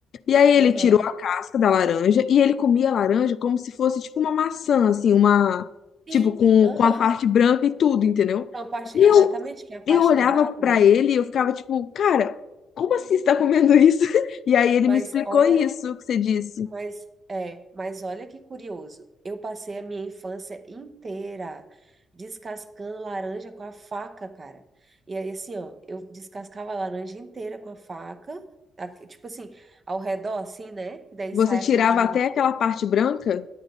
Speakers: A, on the left (about 60°); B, on the right (about 35°).
A: E aí, ele
B: Aham.
A: tirou a casca da laranja e ele comia a laranja como se fosse tipo uma maçã, assim, uma.
B: Sim.
A: Tipo, com,
B: Aham.
A: com a parte branca e tudo, entendeu?
B: É uma parte,
A: E
B: exatamente,
A: eu,
B: que é a parte
A: eu olhava
B: do bago,
A: pra
B: né?
A: ele e eu ficava tipo, cara, como assim você tá comendo isso? <laughs> E aí, ele
B: Mas
A: me explicou
B: olha,
A: isso que você disse.
B: mas é, mas olha que curioso. Eu passei a minha infância inteira descascando laranja com a faca, cara. E aí assim, ó, eu descascava a laranja inteira com a faca, aqui- tipo assim, ao redor assim, né? E daí
A: Você
B: sai
A: tirava
B: aquele minhocão.
A: até aquela parte branca?